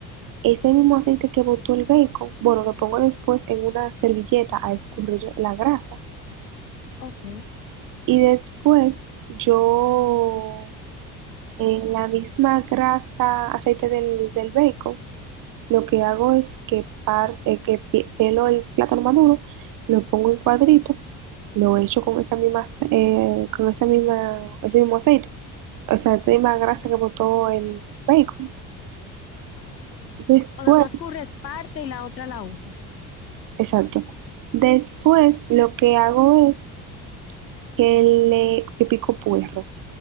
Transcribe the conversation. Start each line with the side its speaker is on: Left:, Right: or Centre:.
Right: Ese mismo aceite que botó el bacon, bueno, lo pongo después en una servilleta a escurrir la grasa.
Left: Ok.
Right: Y después yo, en la misma grasa, aceite del, del bacon, Lo que hago es que, par, eh, que pi- pelo el plátano maduro, lo pongo en cuadrito, lo echo con esa misma, ace- eh, con esa misma, ese mismo aceite, o sea, esa misma grasa que botó el bacon. Después,
Left: O sea, tú escurres parte y la otra la usas.
Right: exacto. Después lo que hago es que le que pico puerro.